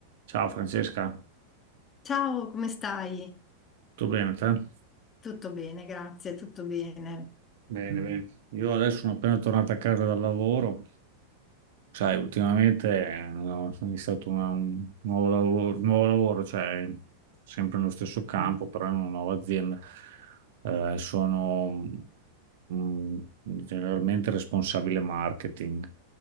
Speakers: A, on the right; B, on the left.
A: Ciao Francesca,
B: Ciao, come stai?
A: tutto bene te?
B: Tutto bene, grazie, tutto bene.
A: Bene, bene. Io adesso sono appena tornato a casa dal lavoro Sai, ultimamente eh, ho iniziato una- un nuovo lavoro, nuovo lavoro, cioè sempre nello stesso campo, però in una nuova azienda. Eh, sono mm, generalmente responsabile marketing.